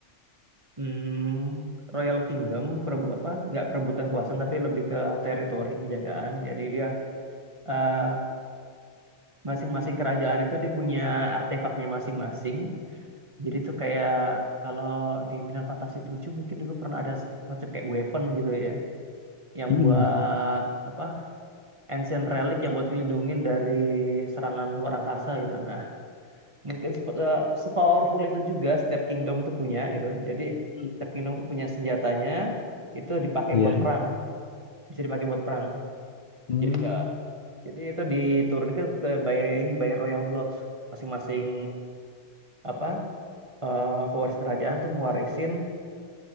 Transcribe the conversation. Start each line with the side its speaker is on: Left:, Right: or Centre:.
Right: mm, Royal Kingdom, perebu apa? Nggak perebutan kuasa tapi lebih ke teritori penjagaan. Jadi dia eh, masing-masing kerajaan itu dia punya artefaknya masing-masing. Jadi itu kayak kalau di Final Fantasy tujuh mungkin dulu pernah ada sk- macam kayak weapon gitu ya, yang
Left: Hmm.
Right: buat apa? Ancient relic yang buat ngelindungin dari serangan luar angkasa gitu. Nah, mungkin sep- eh, sepowerful itu juga setiap kingdom itu punya itu jadi
Left: Hmm.
Right: setiap kingdom itu punya senjatanya itu dipakai
Left: Iya.
Right: buat perang bisa dipakai buat perang
Left: Hmm.
Right: jadi enggak jadi itu diturunkan ke, ke by ini by royal blood masing-masing apa eh, pewaris kerajaan tuh mewarisin